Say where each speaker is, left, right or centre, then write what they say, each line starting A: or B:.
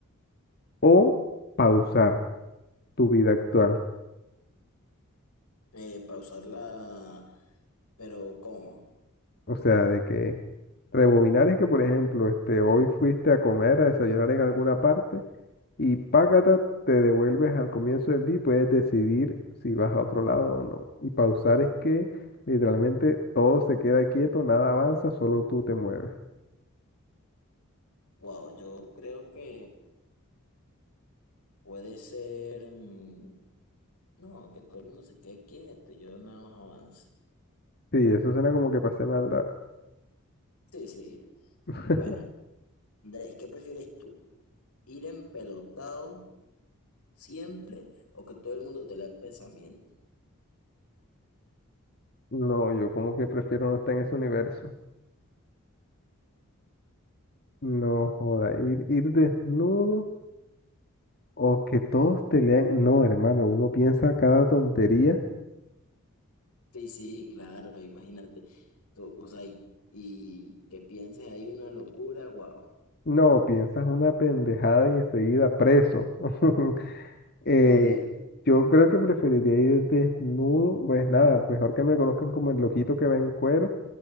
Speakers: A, on the left (about 45°); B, on the left (about 85°).
A: o pausar tu vida actual?
B: Eh, pausarla, pero ¿cómo?
A: O sea, de que Rebobinar es que, por ejemplo, este, hoy fuiste a comer, a desayunar en alguna parte y págata, te devuelves al comienzo del día y puedes decidir si vas a otro lado o no. Y pausar es que literalmente todo se queda quieto, nada avanza, solo tú te mueves.
B: Wow, yo creo que puede ser, mm, no, que todo el mundo se quede quieto y yo nada más avance.
A: Sí, eso suena como que pasé maldad.
B: Sí, sí.
A: <laughs>
B: Bueno, Andrés, ¿qué prefieres tú? ¿Ir empelotado siempre o que todo el mundo te lea el pensamiento?
A: No, yo como que prefiero no estar en ese universo. No joda, ir, ir desnudo o que todos te lean. No, hermano, uno piensa cada tontería.
B: Sí, sí, claro, imagínate. Tú, o sea, y, y que pienses ahí una locura, wow.
A: No, piensas una pendejada y enseguida preso. <laughs> Eh,
B: No, de verdad.
A: yo creo que preferiría ir desnudo, pues nada, mejor que me conozcan como el loquito que va en cuero,